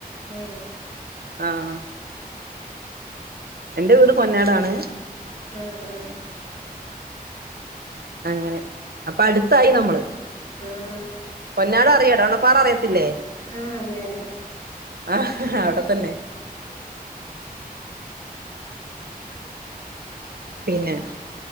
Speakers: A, on the left; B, on the right.
A: ഏ
B: ആഹ് എന്റെ വീട് പൊന്നാടാണ്.
A: ആ ആഹ്
B: അങ്ങനെ അപ്പം അട്ത്തായി നമ്മള്
A: ആഹ്.
B: പൊന്നാട് അറിയോ എടവണ്ണപ്പാറ അറിയത്തില്ലേ?
A: ആ അറിയ അറിയ.
B: ആഹ് അവിടെ തന്നെ
A: <unintelligible>
B: പിന്നെ